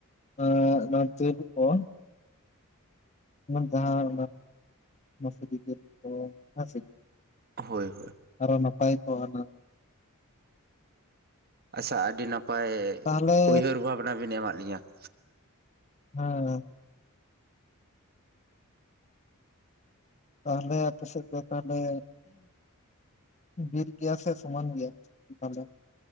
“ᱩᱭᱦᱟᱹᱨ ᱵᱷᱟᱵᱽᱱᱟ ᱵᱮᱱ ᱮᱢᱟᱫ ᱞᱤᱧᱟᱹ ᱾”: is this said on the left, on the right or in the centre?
Right